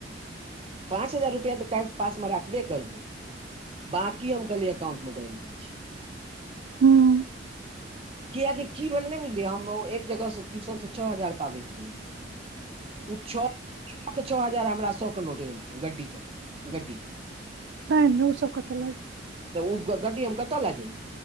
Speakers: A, on the right (about 30°); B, on the right (about 65°).
A: पाँच हजार रुपैआ तऽ क पास में राखबे करबै बाकी हम कहली अकाउंटमे डालि दै छीिय
B: हूँ
A: किआकि की भेलै ने बुझलियै हम एक जगह से ट्यूशन से छओ हजार पाबैत रही ओ छ छओ के छओ हजार हमरा सौख नोटे ग्ी च ग्डी
B: नहि नहि ओ सबके तऽ
A: तऽ ओ गट्टी हम कतऽ लए जइब